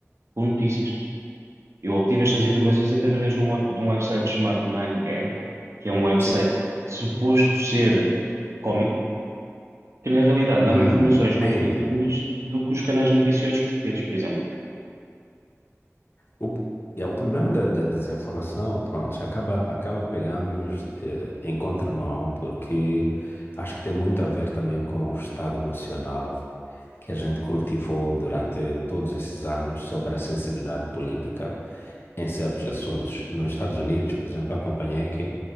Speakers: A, on the right; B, on the left.
A: com notícias. Eu obtive estas informações através de um, web- de um website chamado 9gag, que é um website
B: Sim.
A: suposto ser cómico, que na realidade dá-me
B: Hum,
A: informações mais
B: sim.
A: fidedignas
B: sim.
A: do que os canais noticiosos portugueses, por exemplo.
B: O, é, o problema da, da desinformação, pronto, acaba, acaba pegando-nos eh, em contramão, porque acho que tem muito a ver também com o estado emocional que a gente cultivou durante todos esses anos sobre a sensibilidade política em certos assuntos. Nos Estados Unidos, por exemplo, acompanhei que